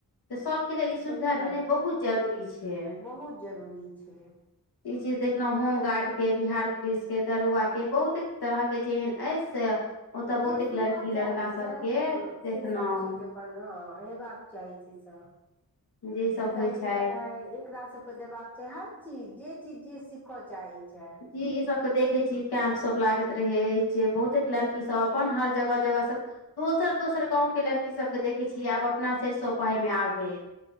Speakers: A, on the left; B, in the centre.
A: तऽ सभके लेल ई
B: सही
A: सुविधा
B: बात
A: भेनाइ बहुत
B: छै
A: जरूरी छै
B: बहुत जरूरी छै
A: ई चीज देखलहु होमगार्ड के बिहार पुलिस के दरोगा के बहुते तरह करै छै एहन अइ से ओतऽ बहुतेक
B: जे सीख
A: लड़की लड़का
B: चाहैत
A: सबके
B: छथि
A: देखलहुँ
B: से सभ चीज अपन अपन हँ हेबाक चाही छै सभ
A: जे सब
B: सिलाइए
A: होइ छथि
B: कराय एकरा सबके देबाक हर चीज जे चीज जे सीखऽ चाहैत छै
A: जी ई सब के देखै छी कैंप सब लागैत रहै अछि बहुतेक लड़की सब अपन हर जगह जगह सब दोसर दोसर गाँवके लड़की सभके देखैत छियै आब अपना सरिसब पाही मे आबैत